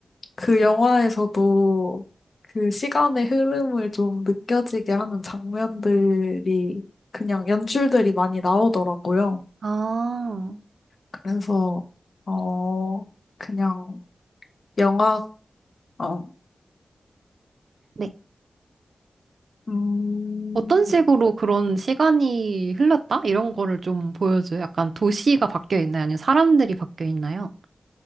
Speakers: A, on the left; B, on the right.
A: 그 영화에서도 그 시간의 흐름을 좀 느껴지게 하는 장면들이 그냥 연출들이 많이 나오더라고요.
B: 아.
A: 그래서 어 그냥 영화 어
B: 네.
A: 음,
B: 어떤 식으로 그런 시간이 흘렀다? 이런 거를 좀 보여줘요. 약간 도시가 바뀌어 있나요? 아니면 사람들이 바뀌어 있나요?